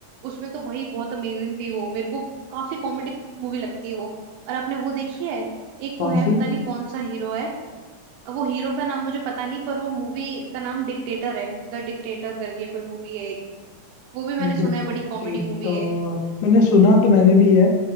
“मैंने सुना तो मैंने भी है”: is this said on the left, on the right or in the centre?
Left